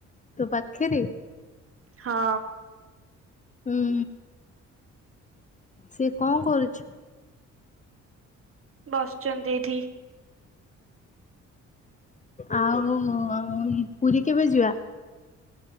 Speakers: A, on the left; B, on the right.
A: ତୋ ପାଖେରେ?
B: ହଁ
A: ହୁଁ ସେ କଣ କରୁଛି?
B: ବସିଛନ୍ତି ଏଇଠି।
A: ଆଉ ଅ, ପୁରୀ କେବେ ଯିବା?